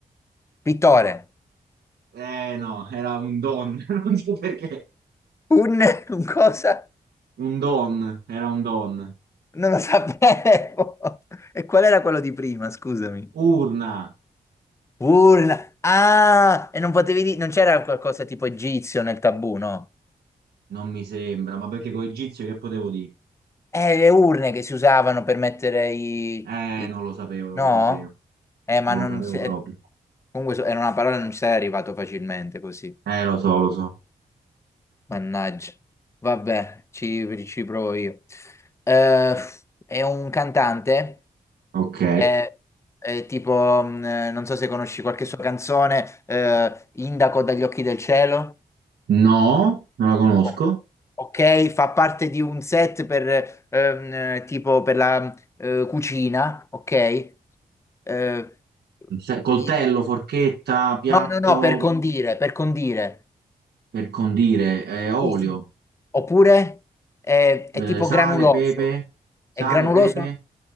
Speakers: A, on the left (about 15°); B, on the right (about 80°).
A: <laughs> Pittore.
B: Eh no, era un don. <laughs> Non so perché.
A: Un, un cosa?
B: Un don, era un don.
A: Non lo sapevo. E qual era quello di prima, scusami?
B: Urna,
A: Urna. Ah, e non potevi dire, non c'era qualcosa tipo egizio nel tabù, no?
B: non mi sembra, ma perché con egizio che potevo dire?
A: Eh, le urne che si usavano per mettere i...
B: Eh,
A: i-
B: non lo sapevo, non
A: No?
B: lo sapevo.
A: Eh, ma
B: Non
A: non...
B: lo sapevo
A: si-
B: proprio.
A: eh, Comunque so- era una parola non ci sarei arrivato facilmente così.
B: Eh, lo so, lo so.
A: Mannaggia. Vabbè, ci, ci provo io. Eh, è un cantante,
B: Ok.
A: eh, eh, tipo, mh, eh, non so se conosci qualche sua canzone, eh, Indaco dagli occhi del cielo.
B: No, non la conosco.
A: o- ok, fa parte di un set per ehm, tipo per la eh, cucina, ok? Eh,
B: Se- Coltello,
A: i-
B: forchetta, piatto
A: no, no, no, per condire, per condire.
B: per condire, eh, olio,
A: Sì, sì. Oppure è,
B: eh,
A: è tipo
B: sale,
A: granuloso.
B: pepe, sale,
A: È granuloso?
B: pepe.